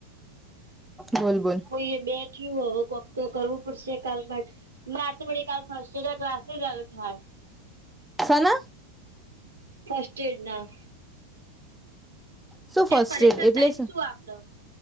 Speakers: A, in the centre; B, on the right.
A: બોલ બોલ.
B: કોઈ એ બેઠું હો કોક તો કરવું પડશે કાલ માટ બાર તો બડે ફાસ્ટ ટ્રેક્ટ ના ક્લાસેસ આયો થા.
A: સા ના?
B: ફસ્ટ એડ ના.
A: શું ફસ્ટ
B: એ પરીક્ષા
A: એડ એટલે
B: ટાઈમ
A: શું?
B: આપડો